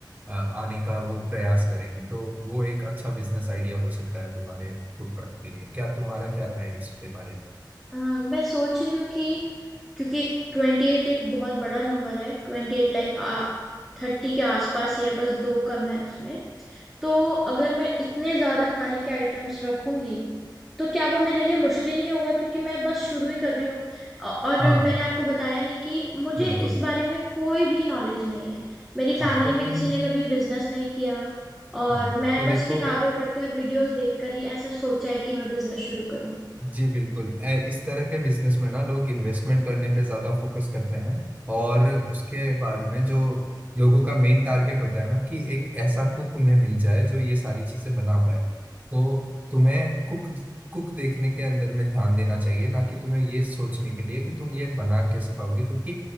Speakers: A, on the right (about 20°); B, in the centre.
A: अ, आने का वो प्रयास करेंगे तो वो एक अच्छा बिजनेस आइडिया हो सकता है तुम्हारे फूड ट्रक के लिए क्या तुम्हारा क्या राय है इसके बारे में
B: अ, मैं सोच रही हूँ कि क्योंकि ट्वेंटी एट एक बहुत बड़ा नंबर है ट्वेंटी एट लाइक आ थर्टी के आसपास ही है बस दो कम है उसमें तो अगर मैं इतने ज्यादा खाने के आइटम्स रखूंगी तो क्या वो मेरे लिए मुश्किल नहीं होगा क्योंकि मैं बस शुरू ही कर रही हूँ अ, और
A: हाँ
B: मैंने आपको बताया नहीं कि मुझे
A: बिल्कुल
B: इस
A: बिल्कुल
B: बारे में कोई भी नॉलेज नहीं है मेरी
A: हाँ
B: फैमिली
A: तो
B: में
A: तुम
B: किसी ने कभी बिजनेस नहीं किया और
A: हाँ
B: मैं
A: तो देखो
B: बस किताबें पढ़ के और वीडियोस देखकर ही ऐसा सोचा है कि मैं बिजनेस शुरू करूँ
A: जी बिल्कुल ए- इस तरह के बिजनेस में ना लोग इन्वेस्टमेंट करने पे ज्यादा फोकस करते हैं और उसके बाद में जो लोगों का मेन टारगेट होता है ना कि एक ऐसा कुक उन्हें मिल जाए जो ये सारी चीजें बना पाए तो तुम्हें कुक कुक देखने के अंदर में ध्यान देना चाहिए ना कि तुम्हें ये सोचने के लिए कि तुम ये बना कैसे पाओगे क्योंकि